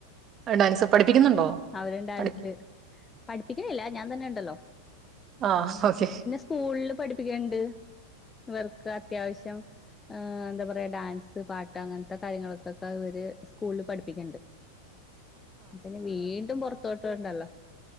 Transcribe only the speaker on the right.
ഡാൻസ് പഠിപ്പിക്കുന്നുണ്ടോ?
പഠി
ആ ഓക്കെ
!!!!!!!!!!